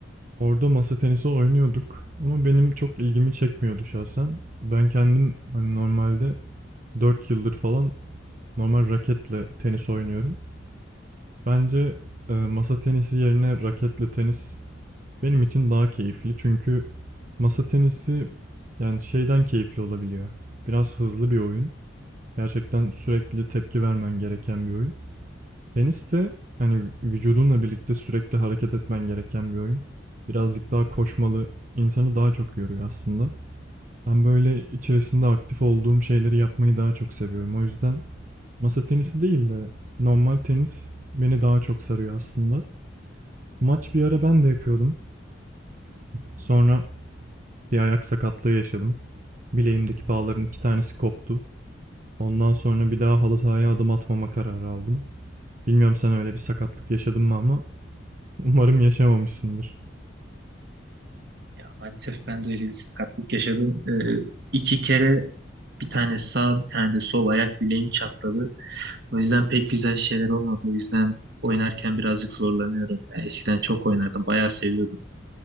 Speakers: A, on the right; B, on the right.
A: Orada masa tenisi oynuyorduk ama benim çok ilgimi çekmiyordu şahsen. Ben kendim hani normalde 4 yıldır falan normal raketle tenis oynuyorum. Bence e, masa tenisi yerine raketle tenis benim için daha keyifli çünkü masa tenisi yani şeyden keyifli olabiliyor. Biraz hızlı bir oyun. Gerçekten sürekli tepki vermen gereken bir oyun. Tenis de hani vücudunla birlikte sürekli hareket etmen gereken bir oyun. Birazcık daha koşmalı, insanı daha çok yoruyor aslında. Ben böyle içerisinde aktif olduğum şeyleri yapmayı daha çok seviyorum. O yüzden masa tenisi değil de normal tenis beni daha çok sarıyor aslında. Maç bir ara ben de yapıyordum. Sonra bir ayak sakatlığı yaşadım. Bileğimdeki bağların iki tanesi koptu. Ondan sonra bir daha halı sahaya adım atmama kararı aldım. Bilmiyorum sen öyle bir sakatlık yaşadın mı ama umarım yaşamamışsındır.
B: Ya maalesef ben de öyle bir sakatlık yaşadım. Ee, iki kere bir tane sağ bir tane de sol ayak bileğim çatladı. O yüzden pek güzel şeyler olmadı. O yüzden oynarken birazcık zorlanıyorum. Ben eskiden çok oynardım. Bayağı seviyordum.